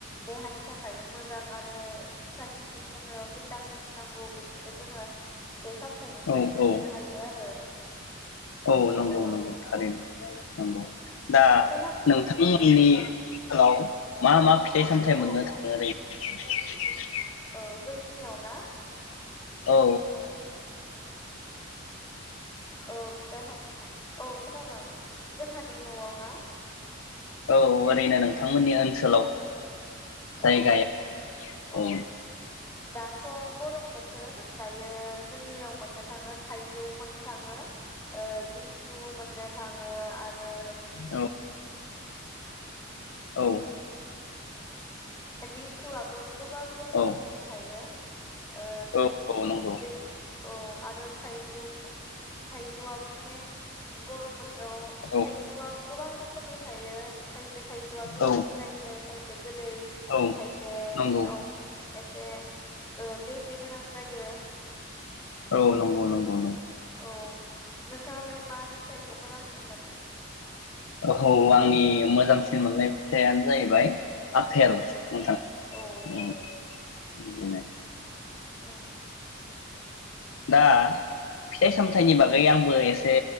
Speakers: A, on the left (about 15°); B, on the left (about 80°).
A: देहानि थाखायबो मोजां आरो <unintelligible> जोंनो भिटामिन नांगौ बेफोरखो जोङो फिथाइ सामथाइनिफ्राय
B: औ
A: मोननो
B: औ
A: हायो आरो।
B: औ नंगौ
A: औ
B: नंगौ थारैनो नंगौ। दा
A: फिथाइ साम
B: नोंथांमोननि
A: औ
B: हेलाव मा मा फिथाइ
A: औ
B: सामथाइ मोननो
A: औ
B: थाङो ओरै <unintelligible>
A: औ जोंनियाव ना?
B: औ
A: औ फिथाइ साम औ खोनादों। जोंहानि नआव ना?
B: औ ओरैनो नोंथांमोननि ओनसोलाव
A: अ
B: जायगायाव
A: अ
B: औ
A: दाथ गरम बोथोर दायो जोंनियाव मोननो थाङो थाइजौ मोननो थाङो ओ लिसु मोननो थां ओ आरो
B: औ औ
A: लिसुआबो गोबां रोखोमनि
B: औ
A: थायो ओ
B: औ खोनादोंना
A: बि औ आरो थाइजौ थाइजौआबो माने गरम बोथ थोराव
B: औ
A: थाइजौआ गोबां रो खोमनि थायो खायसे थायजौआ गोखै
B: औ
A: जायो खाय से गोदै खायसेयाव
B: औ नंगौ औ नंगौ
A: खायसे ओ बेजे गोनां जायो।
B: औ नंगौ नंगौ नंगौ
A: औ नोंथाङालाय मा फिथाइखौ मोजांसिन मोनो?
B: औ आंनि मोजांसिन मोननाय फिथाइयानो जायैबाय आफेल
A: औ
B: नोंथां
A: औ
B: उम
A: औ
B: <unintelligible>
A: उम
B: दा फिथाइ सामथायाइनि बागै आंबो एसे